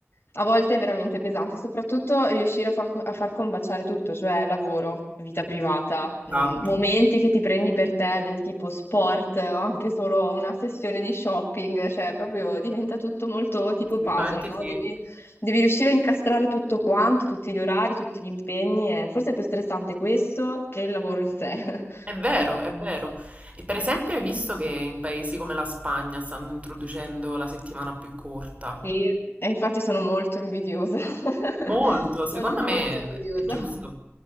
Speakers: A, on the left; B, on the right.
A: a volte è veramente pesante, soprattutto riuscire a far, a far combaciare tutto, cioè lavoro, vita privata, mh,
B: Esatto.
A: momenti che ti prendi per te del tipo sport o anche solo una sessione di shopping, cioè proprio diventa tutto molto tipo
B: Assolutamente
A: puzzle, no?
B: sì.
A: Devi, devi riuscire a incastrare tutto quanto, tutti gli orari, tutti gli impegni, e forse è più stressante questo che il lavoro in sé. <laughs>
B: È vero, è vero. E per esempio, hai visto che in paesi come la Spagna stanno introducendo la settimana più corta?
A: Sì, e infatti sono molto invidiosa. <laughs>
B: Molto, secondo
A: Sono molto
B: me
A: invidiosa.
B: è giusto.